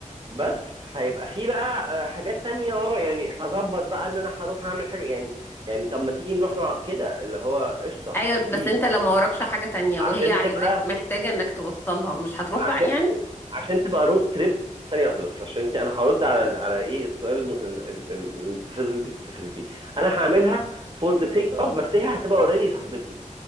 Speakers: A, on the right; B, on the left.
A: بس هيبقى في بقى آه، حاجات تانية ورا يعني هظبط بقى ان انا هروح اعمل حاجه يعني يعني طب ما تيجي نروح مع- كده اللي هو قشطه
B: ايوه بس
A: بيس
B: انت لو ما وراكش
A: عشان
B: حاجه تانية
A: عشان
B: وهي عايزاك
A: تبقى
B: محتاجه انك توصلها مش هتروح
A: عشان
B: بقى يعني
A: عشان تبقى رود تريب ثانيه واحده بس عشان انت انا هرد على على ايه السؤال الم- ال- ال- ال- المستفز اللي انت بتستفزيه انا هعملها فور ذا سيك اوف بس هي هتبقى اوريدي صاحبتي